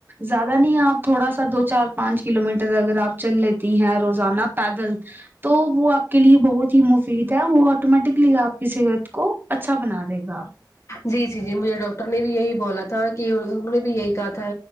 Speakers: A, on the right; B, on the left.
A: زیادہ نہیں آپ تھوڑا سا دو چار پانچ کلو میٹر اگر آپ چل لیتی ہیں روزانہ پیدل تو وہ آپ کے لیے بہت ہی مفید ہے وہ آٹومیٹکلی آپ کی صحت کو اچھا بنا دے گا
B: جی جی جی مجھے ڈاکٹر نے بھی یہی بولا تھا کہ انہوں نے بھی یہی کہا تھا